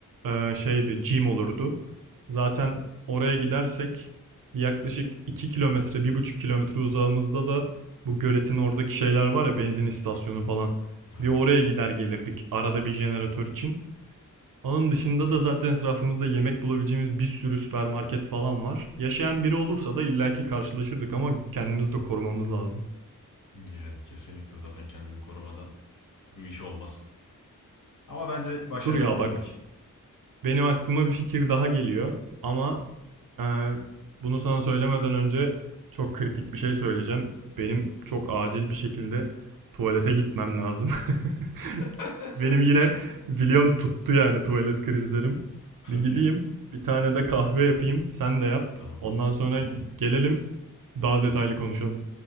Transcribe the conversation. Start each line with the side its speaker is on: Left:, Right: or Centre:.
Right: e, şeydi, gym olurdu. Zaten oraya gidersek bir yaklaşık 2 kilometre, bir buçuk kilometre uzağımızda da bu göletin oradaki şeyler var ya, benzin istasyonu falan. Bir
Left: Evet.
Right: oraya gider gelirdik arada bir jeneratör için. Onun dışında da zaten etrafımızda yemek bulabileceğimiz bir sürü süpermarket falan var. Yaşayan biri olursa da illaki karşılaşırdık ama kendimizi de korumamız lazım.
Left: Yani kesinlikle zaten kendini korumadan bu iş olmaz. Ama bence başarabilirdik.
Right: Dur ya bak. Benim aklıma bir fikir daha geliyor. Ama e, bunu sana söylemeden önce çok kritik bir şey söyleyeceğim. Benim çok acil bir şekilde tuvalete gitmem lazım. <laughs>
Left: <laughs>
Right: Benim yine biliyorsun tuttu yani tuvalet krizlerim.
Left: Hadi
Right: Bir gideyim,
Left: ya.
Right: bir tane de kahve yapayım, sen de yap.
Left: Tamam.
Right: Ondan sonra
Left: Okey.
Right: gelelim, daha detaylı konuşalım.